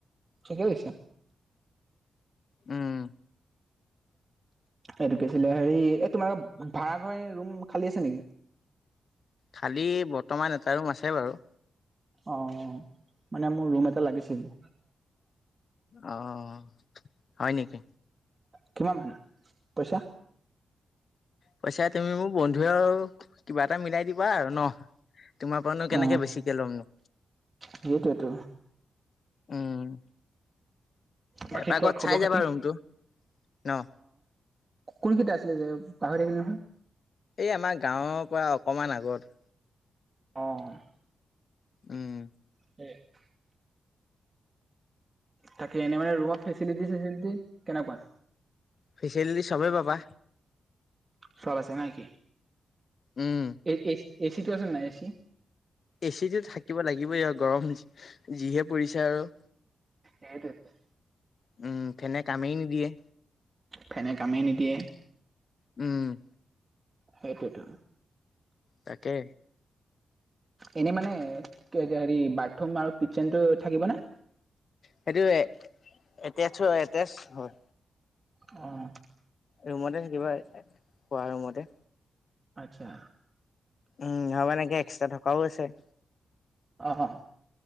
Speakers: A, on the right (about 35°); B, on the left (about 60°).
A: ঠিকে লৈছে
B: উম
A: এইটো কি আছিলে হেৰি এই তোমাৰ ভাড়া ঘৰ ৰুম খালী আছে নেকি
B: খালি বৰ্তমান এটা ৰুম আছে বাৰু
A: অ', মানে মোৰ ৰুম এটা লাগিছিল
B: অ', হয় নেকি?
A: কিমান ভাড়া পইচা
B: পইচা তুমি মোৰ বন্ধুৱে আৰু কিবা এটা মিলাই দিবা আৰু ন তোমাৰ পৰানো কেনেকৈ
A: অ
B: বেছিকে ল'মনো
A: সেইটোৱেতো
B: উম
A: বাকী
B: এপাকত
A: কোৱা খবৰ
B: চাই
A: খাতি
B: যাবা ৰুমটো ন।
A: কোন কেইটা আছিলে জেৰক্স পাহৰি থাকিলো নহয়
B: এই আমাৰ গাঁৱৰ পৰা অকণমান আগত
A: অ',
B: উম
A: <inaudible> থাকে এনে মানে ৰ ফেচেলেটি চেচেলেটি কেনেকুৱা
B: ফেচেলিটি চবেই পাবা
A: চব আছে নেকি
B: উম,
A: এ এচিটো আছে নাই এচি।
B: এচিটো থাকিব লাগিবই আৰু গৰম যিহে পৰিছে আৰু।
A: সেইটোৱে।
B: উম ফেনে কামেই নিদিয়ে।
A: ফেনে কামেই নিদিয়ে।
B: উম।
A: সেইটোৱেতো।
B: তাকে।
A: এনেই মানে হেৰি বাথৰুম আৰু কিটচেনতটো থাকিব নে?
B: সেটো এটেচ হয় এটেচ হয়।
A: অ'।
B: ৰুমতে থাকিবা খোৱা ৰুমতে।
A: আচ্ছা।
B: উম ধৰ মানে এনেকে এক্সট্ৰা থকাও আছে।
A: অহ'।